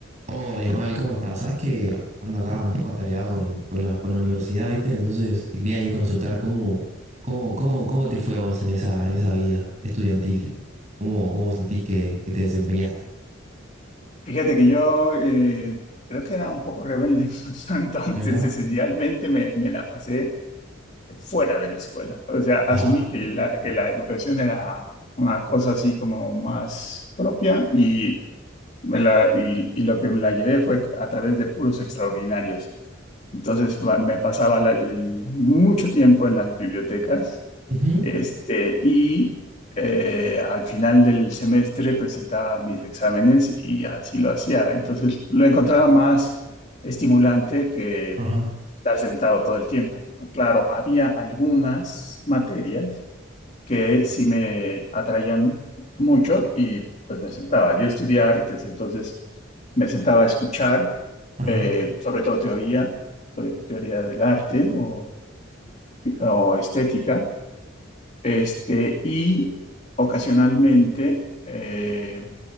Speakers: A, on the right; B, on the left.
A: Hola Ismael, ¿cómo estás? Sabes que ando acá un poco atareado con, con la, con la universidad, ¿viste? Entonces te quería ir a consultar cómo, cómo, cómo, cómo te fue a vos en esa, en esa vida estudiantil. ¿Cómo, cómo sentís que, que te desempeñaste?
B: Fíjate que yo eh, creo que era un poco rebelde, <laughs> entonces
A: Mira,
B: esencialmente me, me la pasé fuera de la escuela. O sea, asumí
A: ajá,
B: que la, que la educación era una cosa así como más propia y, me la, y, y lo que me la llevé fue a través de puros extraordinarios. Entonces va- me pasaba la- el- mucho tiempo en las bibliotecas
A: Ujú.
B: este, y eh, al final del semestre presentaba mis exámenes y así lo hacía. Entonces lo encontraba más estimulante que
A: ajá,
B: estar sentado todo el tiempo. Claro, había algunas materias que sí me atraían mucho y pues me sentaba. Yo estudié artes, entonces me sentaba a escuchar,
A: ajá,
B: eh, sobre todo teoría, te- teoría del arte o o estética este, y ocasionalmente, eh,